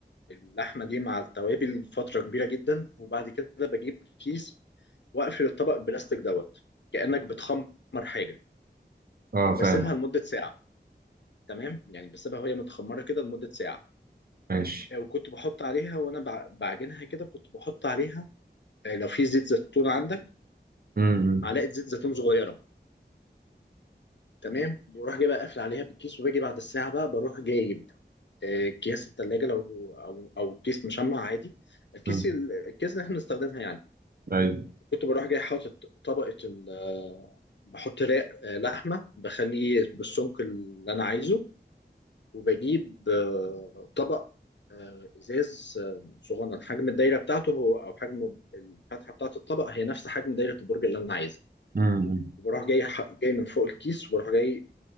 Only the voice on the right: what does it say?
اه
فاهم
ماشي
مم.
مم.
ايوه
مم.